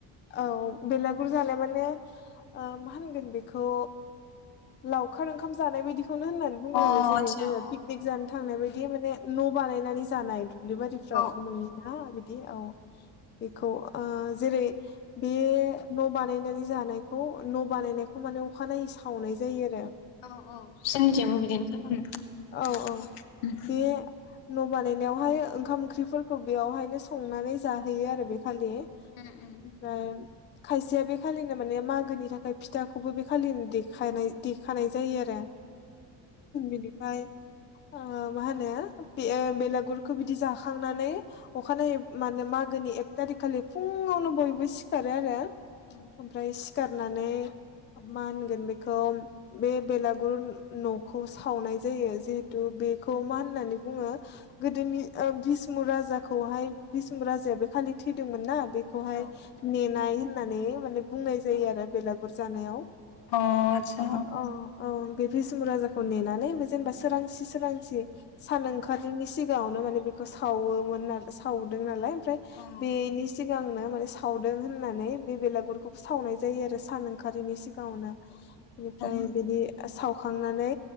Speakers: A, on the left (about 25°); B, on the left (about 70°).
A: औ बेलागुर जानाय माने मा होनगोन बेखौ लावखार ओंखाम जानाय बायदि खौनो होननानै बुंगोन
B: अ
A: आरो जेरै
B: आतसा
A: जोङो पिकनिक जानो
B: अ
A: थांनाय बायदि माने न' बानायनानै जानाय दुब्लिबारिफ्राव
B: औ
A: नुयोना बिदि औ बेखौ जेरै बे न' बानायनानै जानाय खौ न' बानायनायखौ माने अखानायै सावनाय जायो आरो
B: औ औ जोंनिथियबो बिदिनो खालामो
A: औ औ बे न' बानायनायावहाय ओंखाम ओंख्रिफोरखौ बेयावहायनो संनानै जाहैयो आरो बे खालि ओमफ्राय
B: उम
A: खायसेया बे खालिनो माने मागोनि थाखाय फिथाखौबो बे खालिनो देखानाय देखानाय जायो आरो बिनिफ्राय ओ मा होनो बे बेलागुरखौ बिदि जाखांनानै अखानायै माने मागोनि एक थारिख खालि फुङावनो बयबो सिखारो आरो ओमफ्राय
B: उम
A: सिखारनानै मा होनगोन बेखौ बे बेलागुर न'खौ सावनाय जायो जिहेतु बेखौ मा होननानै बुङो गोदोनि भिष्मु राजा खौ भिष्मु राजा बे खालि थैदोंमोन ना बेखौहाय
B: अ
A: नेनाय होननानै माने बुंनाय जायो आरो बेलागुर जानायाव
B: अ आसा
A: औ औ बे भिष्मु राजाखौ नेनानै बे जेनेबा सोरांसि सोरांसि सान ओंखारनि सिगाङावनो माने बे खौ सावोमोन आरो सावदों नालाय ओमफ्राय
B: उम औ अ आतसा औ
A: बेनि सिगांनो थारमाने सावदों होननानै बे बेलागुरखौबो सावनाय जायो आरो सान ओंखारैनि सिगाङावनो बेनिफ्राय
B: उम
A: बिदि साव खांनानै